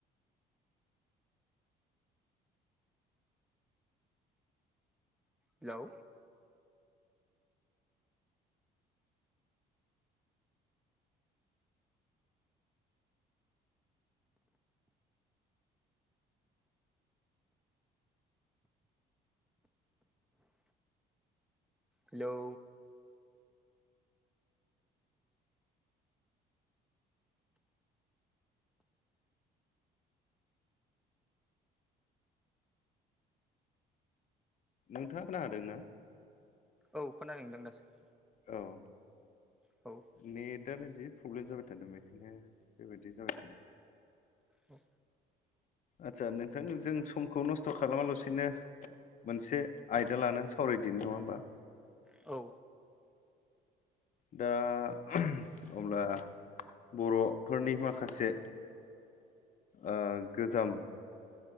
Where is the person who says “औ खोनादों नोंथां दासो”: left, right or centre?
Centre